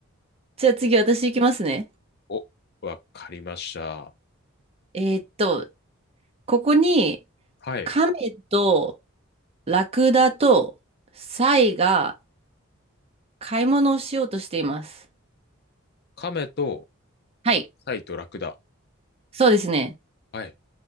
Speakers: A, on the right; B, on the left.
A: じゃあ次私行きますね。
B: お、わかりました。
A: えーっと、ここに
B: はい。
A: 亀とラクダとサイが買い物をしようとしています。
B: 亀と
A: はい。
B: サイとラクダ。
A: そうですね。
B: はい。